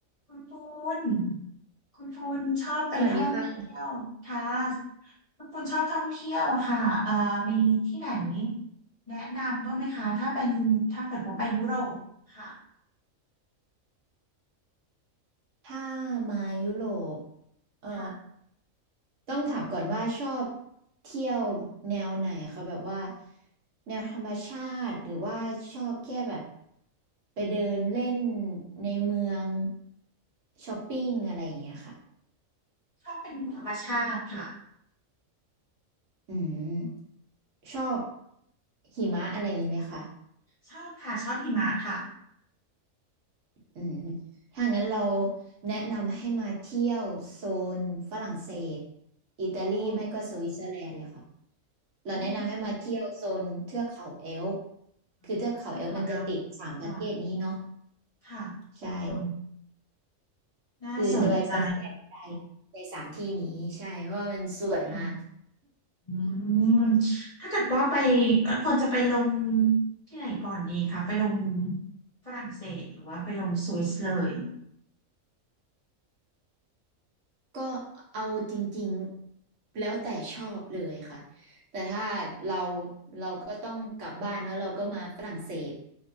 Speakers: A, on the left; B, on the right.
A: คุณปูนคุณปูนชอบไปท่องเที่ยวค่ะ
B: สวัสดีค่ะ
A: คุณปูนชอบท่องเที่ยวอะค่ะเอ่อมีที่ไหนแนะนำบ้างไหมคะถ้าเป็นถ้าเกิดว่าไปยุโรปค่ะ
B: ถ้ามายุโรปเอ่อ
A: ค่ะ
B: ต้องถามก่อนว่าชอบเที่ยวแนวไหนอะคะแบบว่าแนวธรรมชาติ หรือว่าชอบแค่แบบไปเดินเล่นในเมืองช้อปปิ้งอะไรอย่างเงี้ยค่ะ
A: ชอบเป็นธรรมชาติค่ะ
B: อืมชอบหิมะอะไรอย่างงี้ไหมคะ
A: ชอบค่ะชอบหิมะค่ะ
B: อืมถ้างั้นเราแนะนำให้มาเที่ยวโซนฝรั่งเศสอิตาลีไม่ก็สวิตเซอร์แลนด์เลยค่ะ
A: อ๋อ
B: เราแนะนำให้มาเที่ยวโซนเทือกเขาแอลป์
A: อ๋ออ๋อเทือเขาแอลป์
B: คือเทือกเขาแอลป์มันจะติดสามประเทศนี้เนาะ
A: ค่ะค่ะ
B: ใช่
A: อ๋อน่าสนใจ
B: คือจะไปประเทศใดในสามที่นี้ใช่เพราะว่ามันสวยมาก
A: ค่ะ อืมถ้าเกิดว่าไปเอ่อควรจะไปลงที่ไหนก่อนดีคะไปลงฝรั่งเศสหรือว่าไปลงสวิสเลย
B: ก็เอาจริงๆแล้วแต่ชอบเลยค่ะแต่ถ้าเราเราก็ต้องกลับบ้านเนอะเราก็มาฝรั่งเศส